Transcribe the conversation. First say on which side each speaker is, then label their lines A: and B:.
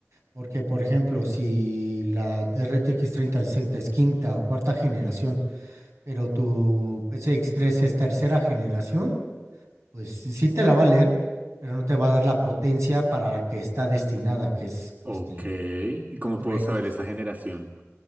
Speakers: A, on the right; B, on the right.
A: Porque, por ejemplo, si la RTX sesenta es quinta o cuarta generación, pero tu PCI Express es tercera generación, pues sí sí te la va a leer, pero no te va a dar la potencia para la que está destinada, que es
B: Ok.
A: este
B: ¿Y cómo
A: cuatro
B: puedo
A: x
B: saber esa generación?